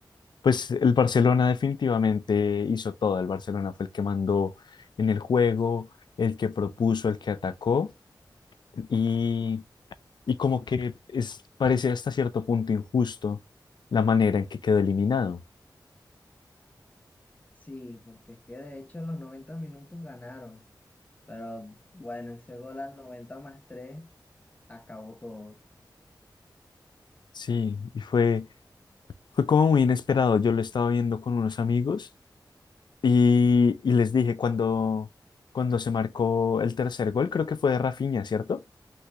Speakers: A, on the left; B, on the left.
A: pues, el Barcelona definitivamente hizo todo. El Barcelona fue el que mandó en el juego, el que propuso, el que atacó. Y, y como que es, parece hasta cierto punto injusto la manera en que quedó eliminado.
B: Sí, porque es que de hecho en los noventa minutos ganaron. Pero bueno, ese gol al 90 más tres acabó todo.
A: Sí, y fue Fue como muy inesperado. Yo lo estaba viendo con unos amigos y, y les dije cuando, cuando se marcó el tercer gol, creo que fue de Rafinha, ¿cierto?